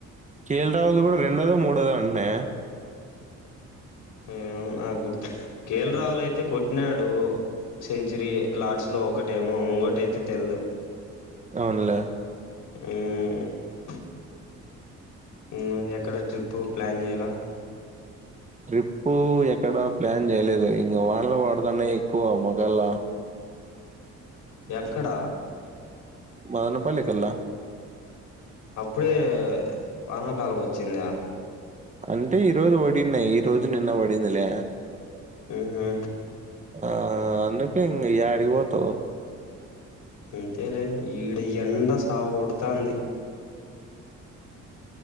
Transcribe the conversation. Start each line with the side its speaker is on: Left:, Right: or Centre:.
Right: కేల్ రాహుల్ కూడా రెండవదా మూడోదా అంటే
Left: ఏమో నాకు గుర్తు కేల్ రాహుల్ అయితే కొట్టినాడు సెంచరీ లార్డ్స్ లో ఒకటేమో ఇంకోటి అయితే తెలిదు
Right: అవునలే
Left: ఉమ్ ఉమ్ ఎక్కడ ట్రిప్పు ప్లాన్ చేయాల
Right: ట్రిప్పు ఎక్కడా ప్లాన్ చేయలేదు ఇంగ వానలపడదనే ఎక్కువ మొకల్లా
Left: ఎక్కడ
Right: మదన పల్లికల్
Left: అప్పుడే వానాకాలం వచ్చిందా
Right: అంటే ఈ రోజు పడినాయి ఈ రోజు నిన్న పడిందిలే
Left: ఉహు
Right: ఆ అందుకే ఇంగ యాడికి పోతవ్
Left: అంతేలే ఈడ ఎండ సావకొడుతంది